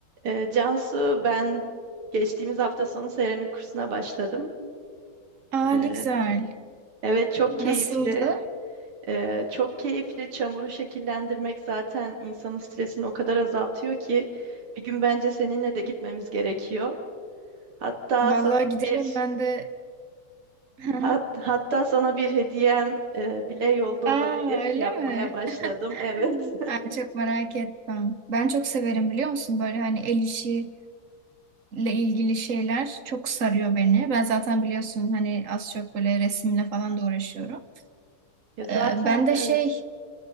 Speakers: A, on the right; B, on the right.
A: Ee, Cansu, ben geçtiğimiz hafta sonu seramik kursuna başladım.
B: Aa
A: Ee,
B: ne güzel.
A: evet çok
B: Nasıldı?
A: keyifli. Ee, çok keyifli. Çamuru şekillendirmek zaten insanın stresini o kadar azaltıyor ki bir gün bence seninle de gitmemiz gerekiyor. Hatta
B: Vallahi
A: sana
B: gidelim
A: bir
B: ben de. Hı hı.
A: hat- hatta sana bir hediyem e, bile yolda
B: Aa
A: olabilir.
B: öyle
A: <laughs> Yapmaya
B: mi?
A: başladım.
B: <laughs>
A: Evet.
B: Ay çok merak ettim. Ben çok severim biliyor musun? Böyle hani el işiyle ilgili şeyler çok sarıyor beni. Ben zaten biliyorsun hani az çok böyle resimle falan da uğraşıyorum.
A: Ya zaten
B: Ee, ben de
A: evet.
B: şey